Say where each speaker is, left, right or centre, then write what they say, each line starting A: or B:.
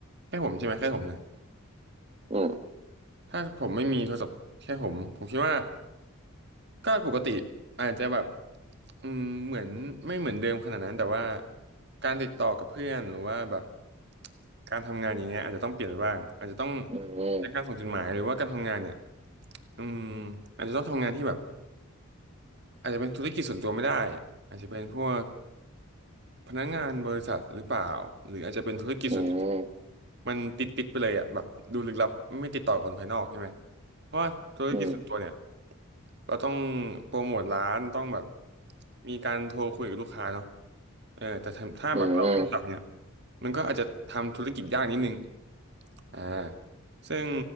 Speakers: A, on the right (about 50°); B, on the right (about 30°).
A: แค่ผมใช่ไหมแค่ผมนะ
B: อืม
A: ถ้าผมไม่มีโทรศัพท์แค่ผมผมคิดว่าก็ปกติอาจจะแบบอืมเหมือนไม่เหมือนเดิมขนาดนั้นแต่ว่าการติดต่อกับเพื่อนหรือว่าแบบการทำงานอย่างเงี้ยอาจจะต้องเปลี่ยนไปบ้างอาจจะต้อง
B: อืม
A: ใช้การส่งจดหมายหรือว่าการทำงานเนี่ยอืมอาจจะต้องทำงานที่แบบอาจจะเป็นธุรกิจส่วนตัวไม่ได้อาจจะเป็นพวกพนักงานบริษัทหรือเปล่าหรืออาจจะเป็นธุรกิจส่วนตัว
B: อืม
A: มันติดติดไปเลยอ่ะแบบดูลึกลับไม่ติดต่อกับคนภายนอกใช่ไหมเพราะว่าธุรกิจส่วนตัวเนี่ย
B: อืม
A: เราต้องโปรโมทร้านต้องแบบมีการโทรคุยกับลูกค้าเนาะเออแต่ถ้าถ้าแบบเราเป็นสับเนี่ย
B: อืม
A: มันก็อาจจะทำธุรกิจยากนิดนึงอ่าซึ่ง